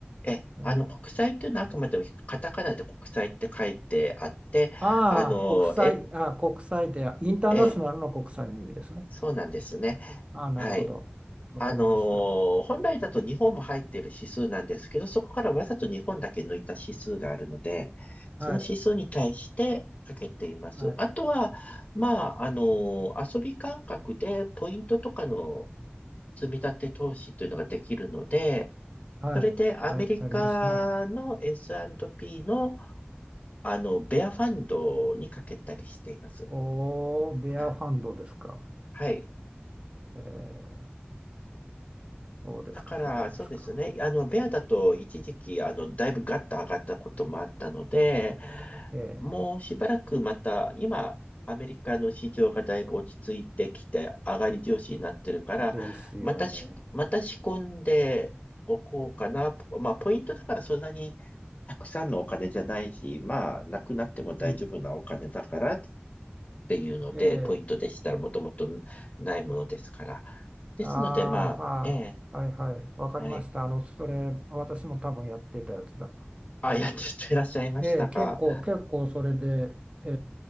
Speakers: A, on the left; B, on the right.
A: え、
B: うん、
A: あの、国債というのはあくまでもカタカナで国債って書いてあって、
B: ああ、
A: あの、
B: 国債、
A: 円
B: ああ、国債で、インターナショナルの国債の意味ですね。
A: え、そうなんですね。
B: あ、なるほど。
A: はい。
B: わかりました。
A: あのー本来だと日本も入っている指数なんですけど、そこからわざと日本だけ抜いた指数があるので、その指数に対してかけています。
B: はい。はい。
A: あとは、まあ、あのー遊び感覚でポイントとかの積み立て投資というのができるので、
B: はい。
A: それでアメリカの
B: はい。ありますね。
A: S&P の、あの、ベアファンドにかけたりしています。
B: おー、ベアファンドですか。
A: あはい。
B: えー、そうですか、
A: だから、
B: そうですか。
A: そうですね。あの、ベアだと一時期、あの、だいぶガッと上がったこともあったので、
B: え
A: もうしばらくまた、今、アメリカの市場がだいぶ落ち着いてきて、上がり調子になってるから、
B: ー、ですよね。
A: またし、また仕込んでおこうかな。まあ、ポイントだからそんなにたくさんのお金じゃないし、まあ、なくなっても大丈夫なお金だからっ
B: うん。
A: ていうので、
B: え
A: ポイントでしたらもともとないものですから。ですので、
B: ー、ああ、
A: まあ、
B: はあ、
A: ええ、
B: はい、はい。わかりました。
A: はい。
B: あの、それ、私も多分やってたやつだな。
A: あ、やっていらっしゃいましたか。
B: えー、結構、結構それで、え